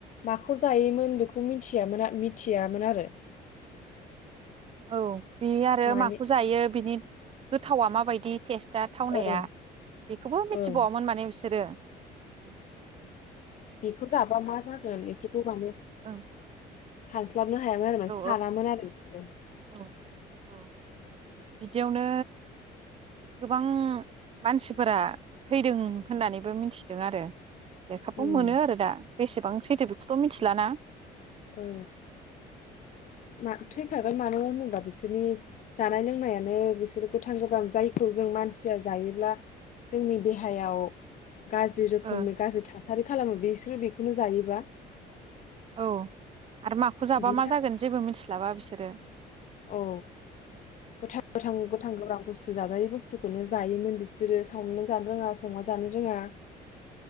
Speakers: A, on the left; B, on the right.
A: माखौ जायोमोन बेखौ मिनथियामोन मिथियामोन आरो।
B: औ बि आरो
A: माने
B: माखौ जायो बिनि गोथावा माबायदि टेस्टा थावनाया
A: ओं
B: बेखौबो मिथिबावामोन
A: ओं
B: माने बिसोरो उम
A: बेखौ गाबा मा जागोन एखौथ' माने
B: ओं
A: साल स्लाबनो हायामोन आरो मा
B: औ
A: सानामोन आरो बिसोरो।
B: औ औ बिदियावनो गोबां मानसिफोरा थैदों होननानैबो मिनथिदों आरो लेखाबो
A: ओम
B: मोनो आरो दा बेसेबां सैथो बेखौथ' मिथिलाना।
A: ओ मा थैखागोन मानो मोनोला बिसोनि जानाय लोंनायानो बिसोरो गोथां गोबां जायखौ जों मानसिया जायोब्ला जोंनि देहायाव गाज्रि रोखोमनि
B: ओ
A: गाज्रि थाथारि खालामो बेस जों बेखौनो जायोबा
B: औ आरो माखौ जाबा
A: बिनि
B: मा
A: थाखाय
B: जागोन जेबो मिथिस्लाबा बिसो सोरो
A: औ गोथां गोब्राब बुसथु जाजायै बुस्थुखौनो जायोमोन बिसोरो सावनाबो जानो रोङा संना जानो रोङा